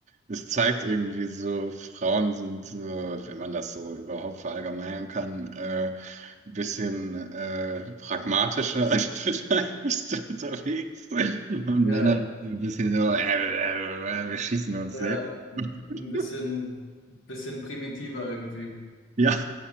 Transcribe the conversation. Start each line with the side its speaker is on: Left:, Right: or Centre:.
Right: es zeigt irgendwie so, Frauen sind so, wenn man das so überhaupt verallgemeinern kann, äh, ein bisschen äh, pragmatischer als <laughs> vielleicht unterwegs. Und
Left: Ja,
Right: Männer sind so ein bisschen so, äh, äh, äh, wir schießen uns
Left: ja,
Right: selbst.
Left: ein
Right: <laughs>
Left: bisschen, bisschen primitiver irgendwie.
Right: Ja,